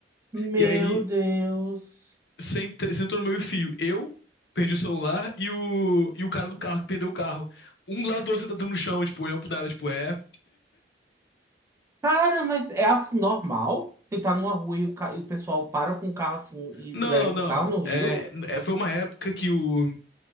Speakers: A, on the right; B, on the left.
A: Meu
B: E aí
A: Deus.
B: sem- te- sentou no meu fio. Eu perdi o celular e o, e o cara do carro que perdeu o carro. Um do lado do outro sentado no chão, tipo, olhando pro nada, tipo, é.
A: Cara, mas é assim normal? Você tá numa rua e o, ca- e o pessoal para com o carro assim e,
B: Não,
A: e leva o
B: não.
A: carro no rio?
B: É, é, foi uma época que o,